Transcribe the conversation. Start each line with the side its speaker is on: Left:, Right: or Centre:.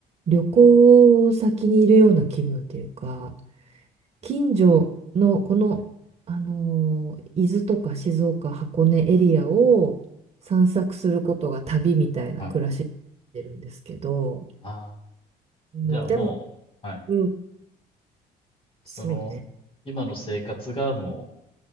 Right: 旅行先にいるような気分というか、近所のこの、あのー伊豆とか静岡、箱根エリアを散策することが旅みたいな暮らしになってるんですけど、
Left: はい。ああ、
Right: うん、
Left: じゃあもう、
Right: でも、
Left: はい。
Right: うん、
Left: その、
Right: そうね。
Left: 今の生活がも